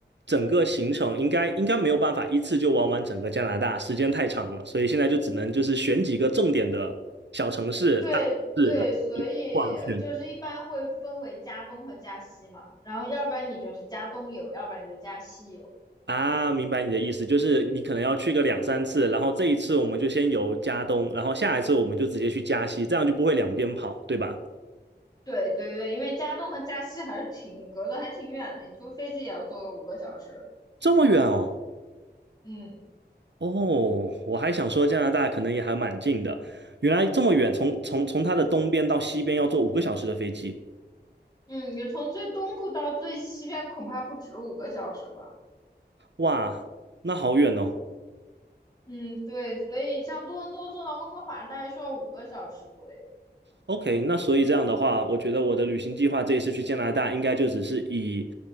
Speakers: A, on the right; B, on the left.
A: 整个行程应该应该没有办法一次就玩完整个加拿大，时间太长了，所以现在就只能就是选几个重点的小城市、
B: 对对，
A: 大城市，然后去逛去。
B: 所以呃就是一般会分为加东和加西嘛。然后，要不然你就是加东游，要不然你就加西游。
A: 啊，明白你的意思，就是你可能要去个两三次，然后这一次我们就先游加东，然后下一次我们就直接去加西，这样就不会两边跑，对吧？
B: 对对对，因为加东和加西还是挺隔得还挺远的，你坐飞机也要坐个五个小时。
A: 这么远哦。
B: 嗯。
A: 哦，我还想说加拿大可能也还蛮近的，原来这么远，从从从它的东边到西边要坐五个小时的飞机，
B: 嗯，你从最东部到最西边恐怕不止五个小时吧？
A: 哇，那好远哦。
B: 嗯，对，所以像多伦多坐到温哥华大概需要五个小时左右。
A: OK，那所以这样的话，我觉得我的旅行计划这一次去加拿大应该就只是以